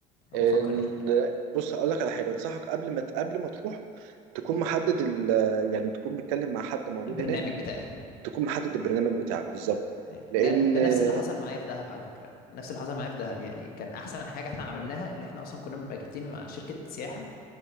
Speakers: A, on the left; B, on the right.
A: او
B: ال...
A: بفكر يعني
B: بص هقول لك على حاجة أنصحك قبل ما قبل ما تروح تكون محدد ال... آه، يعني تكون بتتكلم مع حد موجود
A: البرنامج
B: هناك
A: بتاعي
B: تكون محدد البرنامج بتاعك بالظبط
A: أيوة.
B: لأن
A: ده ده
B: آه،
A: نفس اللي حصل معايا في دهب على فكره نفس اللي حصل معايا في دهب يعني كان احسن حاجه احنا عملناها اللي احنا اصلا كنا مركبتين مع شركه سياحه